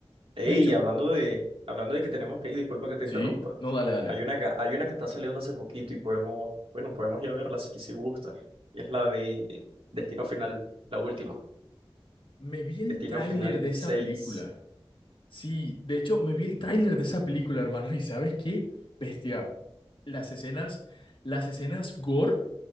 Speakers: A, on the right (about 70°); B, on the left (about 60°).
A: Ey,
B: De hecho,
A: hablando de, hablando de que tenemos que ir, disculpa que te
B: sí,
A: interrumpa.
B: no, dale, dale.
A: Hay una que, hay una que está saliendo hace poquito y podemos, bueno, podemos ir a verla si, si gusta. Y es la de Destino Final, la última.
B: Me vi el
A: Destino
B: tráiler
A: Final
B: de esa
A: seis.
B: película. Sí, de hecho, me vi el tráiler de esa película, hermano, y ¿sabes qué? Bestia, las escenas, las escenas gore